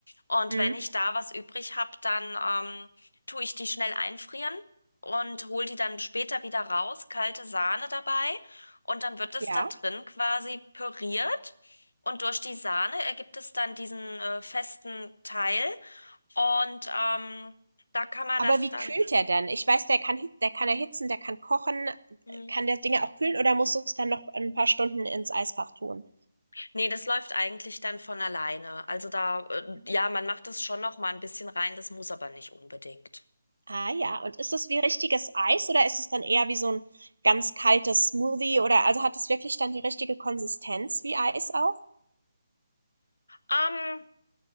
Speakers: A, on the left (about 80°); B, on the right (about 85°).
A: Und
B: Mhm.
A: wenn ich da was übrig habe, dann ähm, tue ich die schnell einfrieren und hole die dann später wieder raus. Kalte Sahne dabei. Und dann wird es
B: Ja?
A: da drin quasi püriert. Und durch die Sahne ergibt es dann diesen äh, festen Teil. Und ähm, da kann man
B: Aber
A: das
B: wie
A: dann.
B: kühlt der denn? Ich weiß, der kann hi der kann erhitzen, der kann kochen.
A: hm,
B: Kann der Dinge auch kühlen oder musst du es dann noch ein paar Stunden ins Eisfach tun?
A: Nee, das läuft eigentlich dann von alleine. Also da, äh,
B: Mhm.
A: ja, man macht das schon noch mal ein bisschen rein, das muss aber nicht unbedingt.
B: Ah ja, und ist das wie richtiges Eis oder ist es dann eher wie so ein ganz kaltes Smoothie oder also, hat es wirklich dann die richtige Konsistenz wie Eis auch?
A: Ähm,